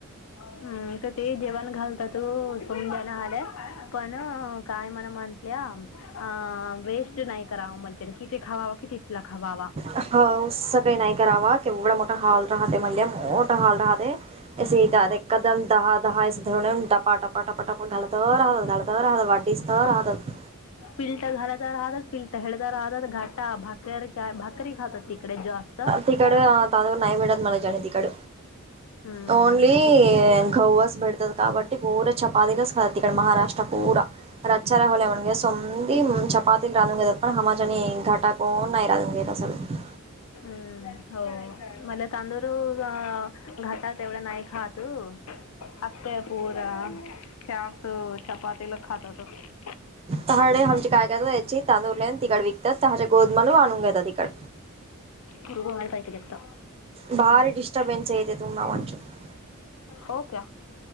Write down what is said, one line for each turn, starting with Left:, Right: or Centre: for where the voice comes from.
Left: हम् तर ते जेवण घालत तू सम जा्या ना आल्यात पण काय मणा म्हटल्या अ वेस्ट नाही करावं म्हणजेने किती खावावा कि तिथला खावावा
Right: ह उस काही नाही करावा क बडा मोठा हॉल राहते मलि मोठा हॉल राहते. सट एकदम दहा दहा इ दधनेन टपा टपपा टपपा टप घलत राह घलत राहद वाढडी. तर राहतात
Left: पिलता झााय तर राहतात पिलता खळता राहतात घाट भाकररी काय भाकरी खात तिकडे जास्त.
Right: तिकडं तवर नाही मिळत. मला जाणे तिकड
Left: हम्म
Right: ओनली
Left: ती-
Right: गव्वास भडतात काबटी पूरा चपाातनेच कात इकड महाराष्ट्र पूरा. रचार होले म्हणग समंदी पाातील राधून घेतात पण हमाच्याने घटा कोण नाही राधून घेत सगळ
Left: हम्म हो मला तांदूळ घटात तेवढं नाही खात असतय पूरा स चपातीला खातातच
Right: तहाडे हमची काय क यायची तांदूळले तिकड विकत तहा गोदमालू आणून घेतात. तिकड
Left: ूर्व मला काहितीत
Right: भारी डिस्टर्बन्स येते तुम्हा म्हचून
Left: हो का